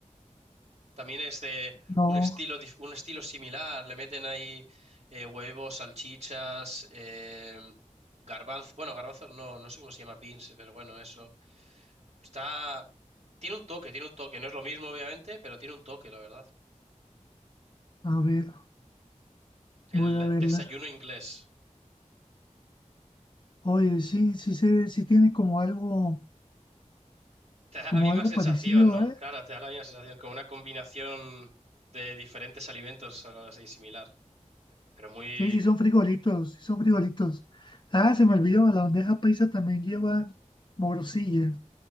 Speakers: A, on the right (about 60°); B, on the left (about 35°).
A: También es de
B: No,
A: un estilo, dif- un estilo similar. Le meten ahí eh, huevos, salchichas, eh, garbanzos. Bueno, garbanzos no, no sé cómo se llama, beans, pero bueno, eso. Está... Tiene un toque, tiene un toque. No es lo mismo, obviamente, pero tiene un toque, la verdad.
B: a ver,
A: El
B: voy a verla.
A: desayuno inglés.
B: Oye, sí, sí, se- sí, tiene como algo,
A: Te da
B: como
A: la misma
B: algo
A: sensación,
B: parecido,
A: ¿no?
B: ¿eh?
A: Claro, te da la misma sensación, como una combinación de diferentes alimentos, algo así similar. Pero muy
B: Sí, sí son frijolitos, sí son frijolitos. Ah, se me olvidó, la bandeja paisa también lleva morcilla.